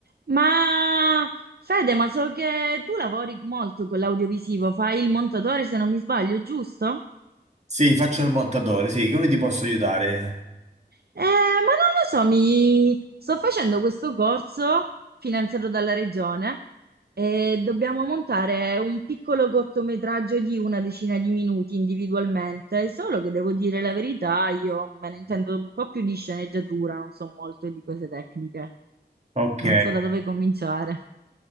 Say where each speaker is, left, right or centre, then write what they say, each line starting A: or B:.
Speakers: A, on the right (about 65°); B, on the right (about 40°).
A: Ma Fede, ma so che tu lavori molto con l'audiovisivo, fai il montatore se non mi sbaglio, giusto?
B: Sì, faccio il montatore, sì, come ti posso aiutare?
A: Eh, ma non lo so, mi sto facendo questo corso finanziato dalla regione e dobbiamo montare un piccolo cortometraggio di una decina di minuti individualmente, solo che devo dire la verità, io me ne intendo un po' più di sceneggiatura, non so molto di cose tecniche,
B: Ok.
A: non so da dove cominciare.